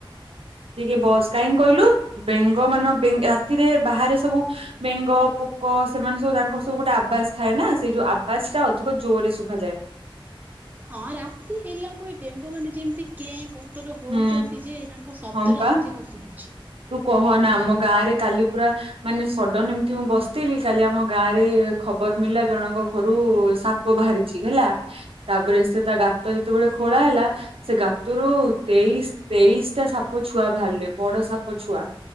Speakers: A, on the right; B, on the right.
A: ତିକେ ବସ୍ କାହିଁକି କହିଲୁ ବେଙ୍ଗ ମାନ ରାତିରେ ବାହାରେ ସବୁ ବେଙ୍ଗ ପୋକ ସେମାନେ ସବୁ ତାଙ୍କର ସବୁ ଗୋଟେ ଆବାସ ଥାଏ ନା ସେଇ ଯୋଉ ଆବାସ ଟା ଅଧିକ ଜୋରରେ ଶୁଭାାଯାଏ।
B: ହଁ ରାତି ହେଲାକୁ ଏ ବେଙ୍ଗ ମାନେ ଯେମିତି କେଁ କଟର ହଉଛନ୍ତି
A: ହୁଁ
B: ଯେ ତାଙ୍କ ଶବ୍ଦ
A: ହଁ ପା
B: ଟା ଅଧିକ ଶୁଭୁଛି।
A: ତୁ କହ ନା ଆମ ଗାଁ ରେ କାଲି ପୁରା ମାନେ ସଡନ ଏମିତି ମୁଁ ବସିଥିଲି କାଲି ଆମ ଗାଁ ରେ ଖବର ମିଳିଲା ଜଣଙ୍କ ଘରୁ ସାପ ବାହାରିଛି ହେଲା ତାପରେ ସେ ତା ଗାତ ଯେତେବେଳେ ଖୋଳା ହେଲା ସେ ଗାତରୁ ତେଇଶ ତେଇଶ ଟା ସାପ ଛୁଆ ବାହାରିଲେ। ବଡ ସାପ ଛୁଆ